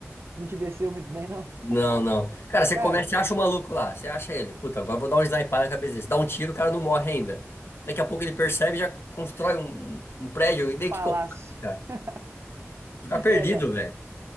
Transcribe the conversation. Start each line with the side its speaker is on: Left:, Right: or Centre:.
Right: Não te desceu muito bem, não?
Left: Não, não. Cara, você
Right: Cara,
Left: começa, você acha o maluco lá. Você acha ele. Puta, agora eu vou dar um sniper na cabeça dele. Você dá um tiro, o cara não morre ainda. Daqui a pouco ele percebe, e já constrói um, um um prédio. E
Right: um
Left: daí
Right: palácio.
Left: o que que eu faço, cara?
Right: <laughs>
Left: Ficar perdido,
Right: É, cara,
Left: velho.